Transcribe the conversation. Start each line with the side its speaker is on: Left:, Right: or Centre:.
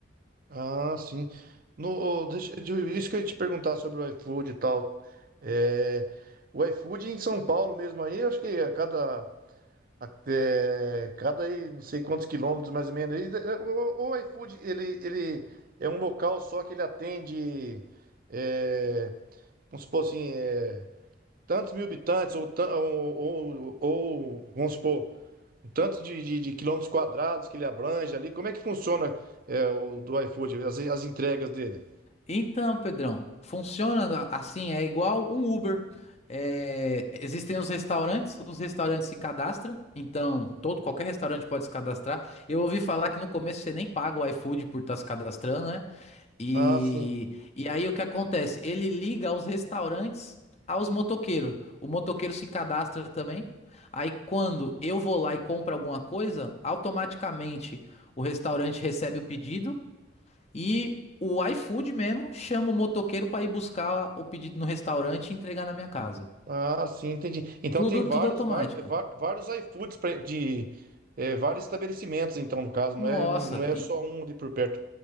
Right: Ah, sim. No, ô, deixa, eu- isso que eu ia te perguntar sobre o iFood e tal. É, o iFood em São Paulo mesmo aí, eu acho que a cada Até cada aí, não sei quantos quilômetros mais ou menos. aí, é, O, o- o iFood, ele, ele é um local só que ele atende, é, vamos supor assim, é, tantos mil habitantes, ou, tan- ou, ou, ou, vamos supor, um tanto de, de, de quilômetros quadrados que ele abrange ali. Como é que funciona, é, o do iFood, as, as entregas dele?
Left: Então, Pedrão, funciona assim, é igual um Uber. É, existem os restaurantes, os restaurantes se cadastram, então todo qualquer restaurante pode se cadastrar. Eu ouvi falar que no começo você nem paga o iFood por estar se cadastrando, né? E,
Right: Ah, sim.
Left: e aí o que acontece? Ele liga os restaurantes aos motoqueiros. O motoqueiro se cadastra também. Aí quando eu vou lá e compro alguma coisa, automaticamente o restaurante recebe o pedido. E o iFood mesmo chama o motoqueiro para ir buscar o pedido no restaurante e entregar na minha casa.
Right: Ah, sim, entendi. Então
Left: Tudo,
Right: tem vários,
Left: tudo automático.
Right: var- eh, va- vários, iFoods pra- de é, vários estabelecimentos, então, no caso, não
Left: Nossa.
Right: é, não, não é
Left: in-
Right: só um ali por perto.